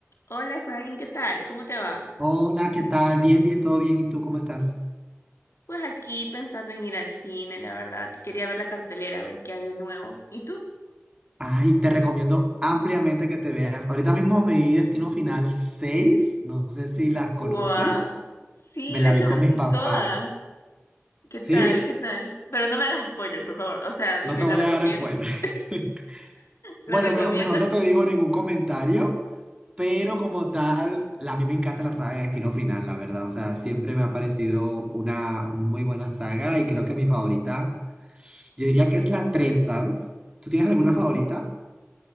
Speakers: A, on the left (about 75°); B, on the right (about 20°).
A: Hola, Efraín, ¿qué tal? ¿Cómo te va?
B: Hola, ¿qué tal? Bien, bien, todo bien. ¿Y tú cómo estás?
A: Pues aquí pensando en ir al cine, la verdad. Quería ver la cartelera, a ver qué hay de nuevo. ¿Y tú?
B: Ay, te recomiendo ampliamente que te veas. Ahorita mismo me vi Destino Final seis. No sé si las conoces.
A: ¡Wow! Sí,
B: Me
A: de
B: la
A: hecho
B: vi con
A: me visto
B: mis papás.
A: toda. ¿Qué tal?
B: ¿Sí?
A: ¿Qué tal? Pero no me hagas spoilers, por favor. O sea, dime,
B: No te
A: ¿la
B: voy
A: recomiendas?
B: a dar spoiler. <laughs>
A: ¿La
B: Bueno,
A: recomiendas?
B: mejor, mejor no te digo ningún comentario, pero como tal, la- a mí me encanta la saga de Destino Final, la verdad. O sea, siempre me ha parecido una muy buena saga y creo que mi favorita. Yo diría que es la 3, ¿sabes? ¿Tú tienes alguna favorita?